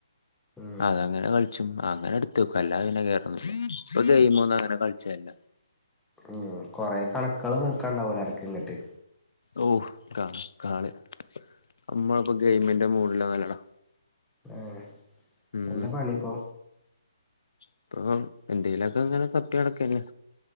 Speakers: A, in the centre; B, on the left (about 70°).
A: ഉം
B: അത അങ്ങനെ കളിച്ചും അങ്ങനെ എടുത്തേക്ക അല്ലാ അതിനെ കേറ ഇപ്പൊ ഗെയിമൊന്നും അങ്ങനെ കളിച്ചല്ല
A: ഉം കൊറെേ കണക്കൾ നോക്കാണ്ടാവല അനക്ക് ഇങ്ങട്ട്
B: ഓഹ് കണക്കാള് നമ്മളിപ്പോ ഗെയിമിന്റെ മൂഡിലന്നല്ലടാ
A: ഏഹ്
B: ഉം
A: എന്താ പണിയിപ്പോ
B: ഇപ്പൊ എന്തെലൊക്കെ ഇങ്ങനെ കപ്പി അടക്കന്നെ